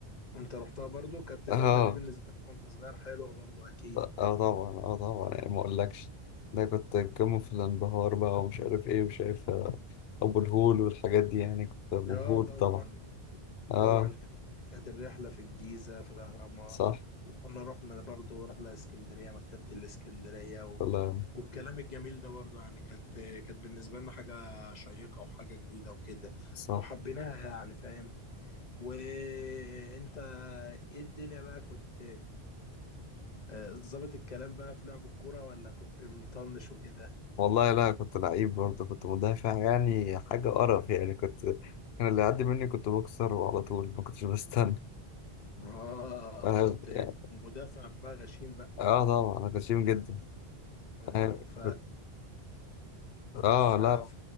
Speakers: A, on the left; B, on the left.
A: انت رحتها برضو كانت الرحلة
B: اه
A: دي بالنسبة لك وانت صغير حلوة برضو اكيد
B: ط- اه طبعا اه طبعا يعني ما اقولكش ده كنت قمة في الانبهار بقى ومش عارف ايه وشايف آه، ابو الهول والحاجات دي يعني كنت مبهور
A: اه طبعا
B: طبعا اه
A: طبعا كانت كانت الرحلة في الجيزة في الأهرامات
B: صح
A: وكنا رحنا برضو رحلة اسكندرية مكتبة الاسكندرية و...
B: والله
A: والكلام الجميل ده برضو يعني كانت كانت بالنسبة لنا حاجة شيقة وحاجة جديدة وكده
B: صح
A: وحبيناها يعني فاهم وانت ايه الدنيا بقى كنت آه، ظابط الكلام بقى في لعب الكورة ولا كنت مطنش وكده
B: والله لا كنت لعيب برضه كنت مدافع يعني حاجة قرف يعني كنت كان اللي يعدي مني كنت بكسره على طول ما كنتش بستنى
A: اه
B: فاهم
A: كنت
B: يعني
A: مدافع بقى غشيم بقى
B: اه طبعا انا كنت شتيم جدا
A: اه
B: فاهم
A: ف
B: كنت اه
A: ف,
B: لا
A: ف...